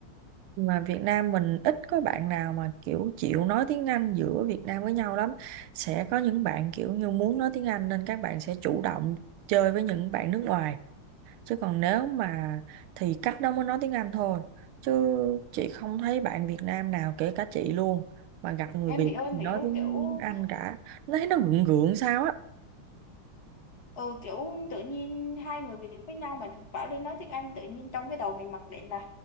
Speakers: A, on the right; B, on the left.
A: mà Việt Nam mình ít có bạn nào mà kiểu chịu nói tiếng Anh giữa Việt Nam với nhau lắm sẽ có những bạn kiểu như muốn nói tiếng Anh nên các bạn sẽ chủ động chơi với những bạn nước ngoài chứ còn nếu mà thì cách đó mới nói tiếng Anh thôi chứ chị không thấy bạn Việt Nam nào kể cả chị luôn mà gặp người
B: em
A: Việt
B: hiểu em
A: thì
B: hiểu
A: nói tiếng
B: kiểu
A: Anh cả nó thấy nó gượng gượng sao á
B: ừ, kiểu tự nhiên hai người Việt với nhau mà bảo lên nói tiếng Anh tự nhiên trong cái đầu mình mặc định là